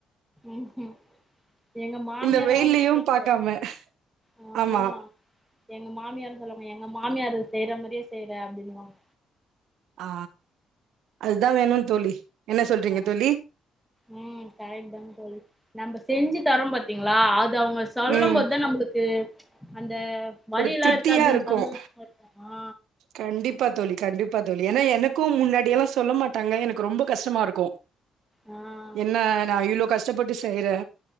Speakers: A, in the centre; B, on the right.
A: ம் எங்க மாமியாரு
B: இந்த வெயில்லையு
A: அவங்க சொல்லுவாங்க
B: பாக்காம
A: ஆ
B: ஆமா
A: எங்க மாமியாரு சொல்லுவாங்க எங்க மாமியாரு செய்யற மரியே செய்யற அப்பிடின்னு வாங்க
B: ஆ அதுதா வேணு தோழி என்ன சொல்றீங்க
A: அ
B: தோழி?
A: உ கரெட்தா தோழி நம்ம செஞ்சி தரும் பாத்த்த்தீங்களா அது தா அவங்க சொல்லு
B: ம்.
A: போதா நம்புளுக்கு அந் இந்த வழியல்லா
B: ஒரு திருப்தியா
A: இருக்காது
B: இருக்கும்.
A: சந்தோஷமா இருப்போமா
B: கண்டிப்பா தோழி கண்டிப்பா தோழி ஏன்னா எனக்கும் முன்னாடிய எல்லா சொல்ல மாட்டாங்க எனக்கு ரொம்ப கஷ்டமா இருக்கும்
A: ஆ
B: என்ன நா இவ்ளோ கஷ்டப்பட்டு செய்யறே